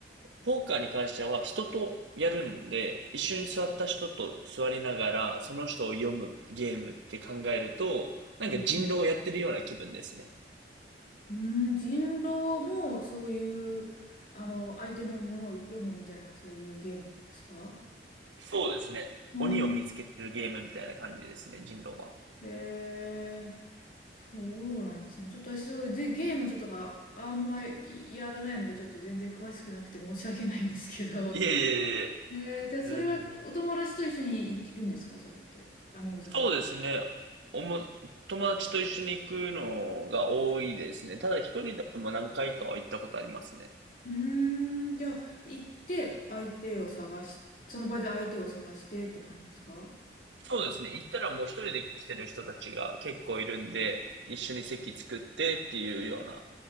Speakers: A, on the right; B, on the left.
A: ポーカーに関しては人とやるんで、一緒に座った人と座りながら、その人を読むゲームって考えると、なんか人狼をやってるような気分ですね。
B: うん。うんうん、人狼もそういう、あの、相手のものを読むみたいな、そういうゲームなんですか
A: そうですね。
B: うん
A: 鬼を見つけるゲームみたいな感じですね、人狼は。
B: へえ、そうなんですね。ちょっと私、そうで、ゲームとか、あんまりやらないので、ちょっと全然詳しくなくて申し訳ないんですけど。
A: いえいえいえ、
B: えー、じゃあ、
A: 全然。
B: それはお友達と一緒に行くんですかそれって。アミューズメント。
A: そうですね。おも、友達と一緒に行くのが多いですね。ただ一人でも何回かは行ったことありますね。
B: うーん、じゃあ、行って相手を探し、その場で相手を探してって感じですか
A: そうですね。行ったらもう一人で来てる人たちが結構いるんで、一緒に席作ってっていうような、